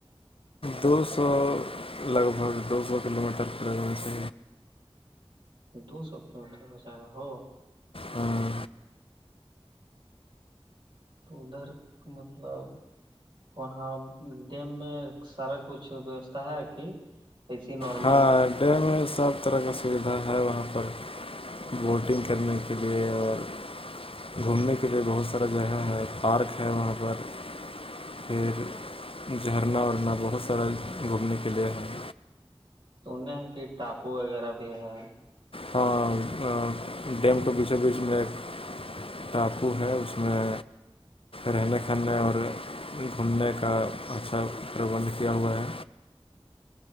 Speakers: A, on the left; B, on the right.
A: دو سو لگ بھگ دو سو کلو میٹر پریگرن سے
B: دو سو کلو میٹر ہو جائے رہا ہو
A: ہمم
B: تو ادھر مطلب وہاں ڈیم میں سارا کچھ ویوستھا ہے کہ ایسے ہی نار
A: ہاں ڈیم سب طرح کا سویدھا ہے وہاں پر بوٹنگ کرنے کے لیے اور گھومنے کے لیے بہت سارا جگہ ہے پارک ہے وہاں پر پھر جھرنا وورنا بہت سارا گھومنے کے لیے ہے
B: نے کی ٹاپو وغیرہ بھی ہے
A: ہاں ڈیم کے بیچوں بیچ میں ٹاپو ہے اس میں رہنے کہنے اور گھومنے کا اچھا پربندھ کیا ہوا ہے